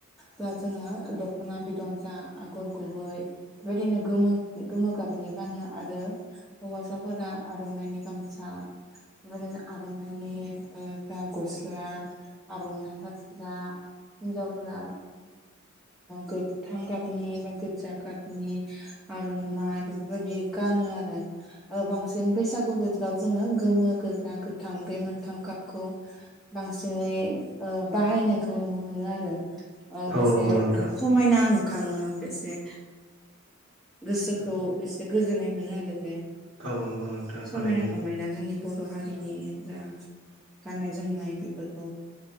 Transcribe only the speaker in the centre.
बा जोङो दख'ना बिदन जा आगर गुबै बेबायदिनो गोमो गोमो गाबनि गानो आरो हौवासाफोरा आर'नाइनि गामसा बेनो आर'नाइ ननि जा गस्ला आर'नाइ फास्रा हिन्जावफ्रा गोथां गाबनि बा गोजा गाबनि आर'नाइ बेफोरबायदि गानो आरो बांसिन बैसागु बोथोराव जोङो गोमो गोजा गोथां बे मोनथाम गाबखौ बांसिनै बाहायनायखौ नुनो मोनो आरो ओ बेसे
ओ समायना नुखाङो बेसे गोसोखौ एसे गोजोननाय मोनो आरो जे
समायना
रमायना जोंनि बर' बर' हारिनि जा गाननाय जोमनाय बेफोरखौ